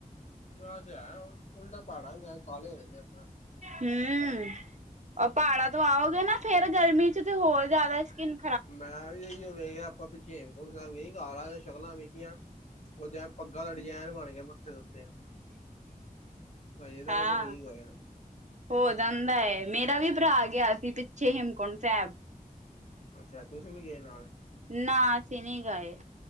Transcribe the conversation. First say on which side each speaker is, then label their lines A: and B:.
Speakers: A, on the left (about 50°); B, on the right (about 50°).
A: ਮ ਤੇ ਆਇਆ ਹੋਇਆ ਹੈ ਉਲਟਾ ਪਹਾੜਾ ਚ ਜਾ ਕੇ ਕਾਲੇ ਹੋ ਜਾਂਦੇ ਆਪਾਂ।
B: ਹੂੰ ਪਹਾੜਾਂ ਤੋਂ ਆਓਗੇ ਨਾ ਫੇਰ ਗਰਮੀ ਚ ਤੇ ਹੋਰ ਜ਼ਿਆਦਾ ਸਕਿਨ
A: ਮੈਂ ਵੀ ਵੇਖਿਆ ਆਪਾਂ ਪਿੱਛੇ ਹੇਮਕੁੰਡ ਸਾਹਿਬ ਗਏ ਕਾਲਾ ਤੇ ਸ਼ਕਲਾ ਵੇਖੀਆ। ਓ ਜਿਵੇ ਪੱਗਾਂ ਦਾ ਡਿਜ਼ਾਇਨ ਬਣ ਗਿਆ ਮੱਥੇ ਦੇ ਉੱਤੇ। ਹਜੇ ਤੱਕ
B: ਹਾਂ।
A: ਨੀ ਠੀਕ ਹੋਇਆ
B: ਹੋ ਜਾਂਦਾ ਏ, ਮੇਰਾ ਵੀ ਭਰਾ ਗਿਆ ਸੀ ਪਿੱਛੇ ਹੇਮਕੁੰਟ ਸੈਬ।
A: ਅੱਛਾ, ਤੁਸੀਂ ਨੀ ਗਏ ਨਾਲ?
B: ਨਾ ਅਸੀਂ ਨੀ ਗਏ,